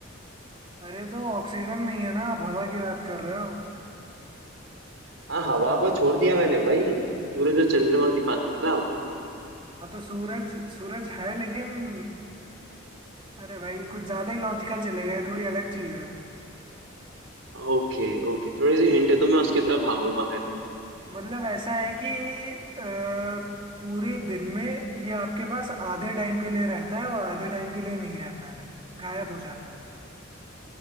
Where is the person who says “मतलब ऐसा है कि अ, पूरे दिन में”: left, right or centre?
Right